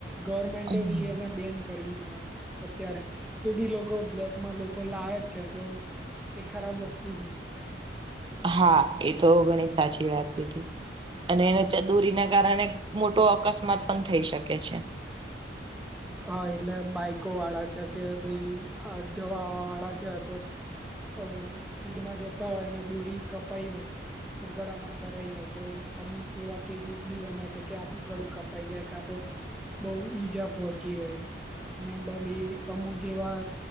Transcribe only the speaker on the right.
હમ.
હા એ તો ઘણી સાચી વાત કીધી અન એને દૂરી ના કારણે મોટો અકસ્માત પણ થઈ શકે છે